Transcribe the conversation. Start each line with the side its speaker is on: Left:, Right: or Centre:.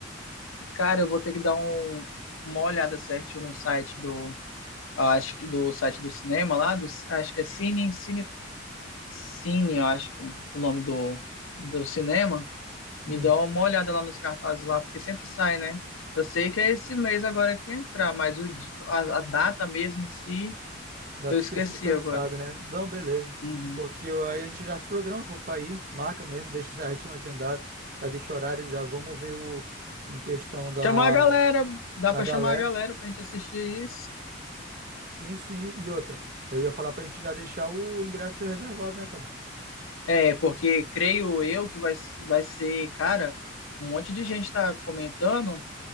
Left: Cara, eu vou ter que dar um, uma olhada certinho no site do, acho que do site do cinema lá, do, acho que é Cine, Cine, Cine, eu acho que é o nome do, do cinema. Me
Right: Hum,
Left: dá uma olhada lá nos cartazes lá, porque sempre sai, né? Eu sei que é esse mês agora que entrar, mas o, di- a, a data mesmo em si,
Right: data
Left: eu esqueci
Right: específica
Left: agora.
Right: não sabe, né? Não, beleza.
Left: Uhum.
Right: Porque eu- aí a gente já se programa, pô, pra ir, marca mesmo, deixa certinho agendado, já deixa o horário, já vamos ver o em questão da,
Left: Chamar a galera, dá
Right: da
Left: pra
Right: galera.
Left: chamar a galera pra gente assistir isso.
Right: Sim, sim. E outra, eu ia falar pra gente já deixar o ingresso reservado, né, cara?
Left: É, porque creio eu que vai, vai ser, cara, um monte de gente tá comentando